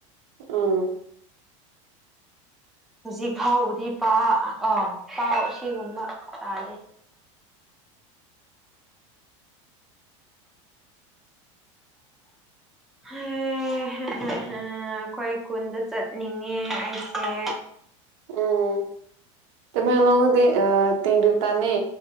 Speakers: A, on the right; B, in the centre.
A: ꯑꯝ
B: ꯍꯧꯖꯤꯛ ꯐꯥꯎꯕꯗꯤ ꯄꯥꯎ ꯑꯥ ꯄꯥꯎ ꯑꯁꯤꯒꯨꯝꯕ ꯇꯥꯗꯦ ꯑꯩꯈꯣꯏ ꯈꯨꯨꯟꯗ ꯆꯠꯅꯤꯡꯉꯦ ꯑꯩꯁꯦ
A: ꯎꯝ ꯇꯥꯃꯦꯟꯂꯣꯡꯗꯗꯤ <unintelligible>